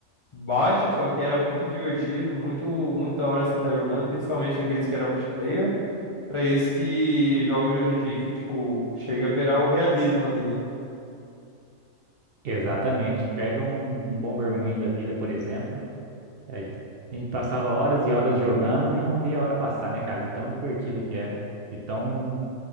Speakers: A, on the left; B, on the right.
A: baixa, só que era muito divertido, muito, muito da hora assim estar jogando, principalmente aqueles que era multiplayer. Pra isso que jogos de hoje em dia que, tipo, chega a beirar o realismo ali, né?
B: Exatamente. Pega um um Bomberman da vida, por exemplo. A gente passava horas e horas jogando e não via a hora passar, né, cara? De tão divertido que era. De tão...